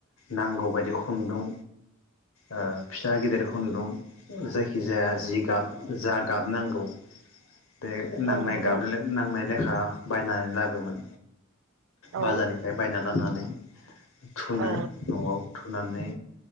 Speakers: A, on the left; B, on the right.
A: नांगौबायदि खुन्दुं ओ फिसा गिदिर खुन्दुं जायखिजाया जि गाब जा गाब नांगौ। बे नांनाय
B: औ नंगौ
A: गाब ले नांनाय लेखा बाय होननानै लाबोमोन
B: औ
A: बाजारनिफ्राय बायना लानानै थुनो
B: औ
A: नआव थुनानै